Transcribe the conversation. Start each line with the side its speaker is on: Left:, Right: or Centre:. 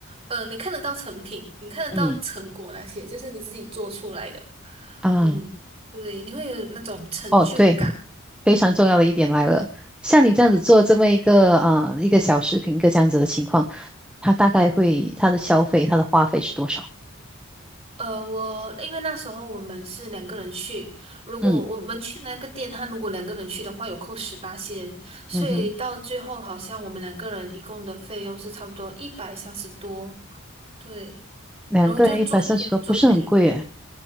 Right: 呃，你看得到成品，你看得到成果那些，
Centre: 嗯
Right: 就是你自己做出来的，
Centre: 啊，
Right: 嗯，对，你会有那种成就感。
Centre: 哦，对，非常重要的一点来了，像你这样子做这么一个啊、一个小视频，一个这样子的情况，它大概会它的消费，它的花费是多少？
Right: 呃，我因为那时候我们是两个人去，如果我们去那个店，
Centre: 嗯
Right: 他如果两个人去的话，有扣十八仙，所以到最后好像我们两个人一共的费用是差不多一百三十多，
Centre: 嗯哼，
Right: 对，
Centre: 两个人一百三十多，
Right: 然后就做一样作品，
Centre: 不是很贵诶，